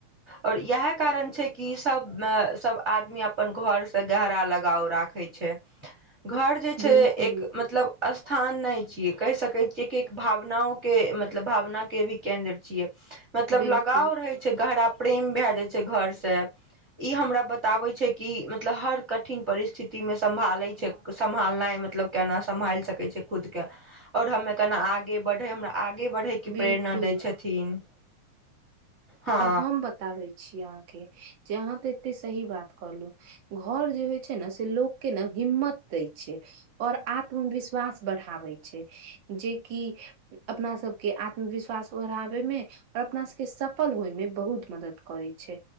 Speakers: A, on the right; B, on the right.
A: आओ इ कारन छै कि सब आदमी अपन घर स गहरा लगाव राखै छै घर जे छै
B: बिल्कुल
A: एक मतलब स्थान नै छ कि कहि सकैत छियै कि एक भावनाओ के मतलब भावनाके भी केन्द्र छियै मतलब
B: बिल्कुल
A: लगाव रहै छै गहरा प्रेम भए जाइ छै घर से ई हमरा बत बताबे छै कि मतलब हर कठिन परिस्थिति मे संभालय छै सभलनाइ मतलब केना सम सम्हाइल सकै छै खुद के आओर हम एखना आगे बढ़इ आगे बढ़यके
B: बिल्कुल
A: प्रेरणा दै छथिन हँ
B: आब हम बताबै छी आहां त एते सही बात कहलहुं घर जे होइ छै ने से लोक के ने हिम्मत दै छै और आत्मविश्वास बढ़ाबै छै जेकि अपना सबके आत्मविश्वास ओढ़ाबै मे और अपना सबके सब सल होय मे बहुत मदद करै छै